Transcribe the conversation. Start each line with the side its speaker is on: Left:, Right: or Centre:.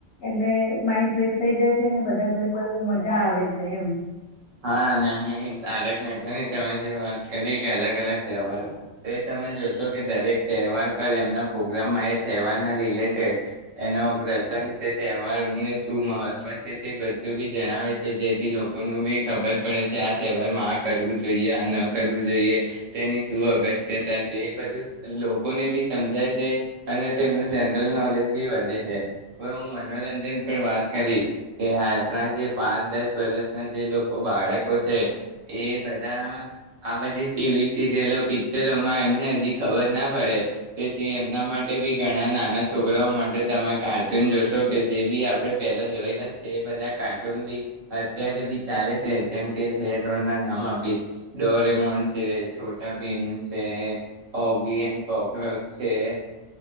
Left: એટલે માઈન્ડ ફ્રેશ થઈ જાય છે, અને બધા જોડે બ મજા આવે છે એમ
Right: હા અને તારક મહેતાની તમે જે વાત કરી કે અલગ અલગ તહેવાર તો એ તમે જોશો કે દરેક તહેવાર પર એમના પ્રગ્રામમાં એ તહેવારના રિલેટેડ એનો પ્રસંગ છે, તહેવારને શું મહત્વ છે તે બધું બી જણાવે છે જેથી લોકોનું બી ખબર પડે છે આ તહેવારમાં આ કરવું જોઈએ આ ન કરવું જોઈએ તેની શું અગત્યતા છે, એ બધું લોકોને બી સમજાય છે અને તેમનું જનરલ નોલેજ બી વધે છે હવે હું મનોરંજન પર વાત કરી કે આપણા જે પાંચ દસ વર્ષના જે લોકો બાળકો છે એ બધા આ બધી ટીવી સિરિયલો પિક્ચરોમાં એમને હજી ખબર ના પડે તેથી એમના માટે બી ઘણા નાના છોકરાઓ માટે તમે કાર્ટૂન જોશો કે જે બી આપણે પેલા જોયેલા છે એ બધા કાર્ટૂન બી અત્યારે ચાલે છે જેમ કે બે ત્રણ ના નામ આપી ડોરેમોન છે છોટા પીમ છે હોગી એન્ કોક્રોચ છે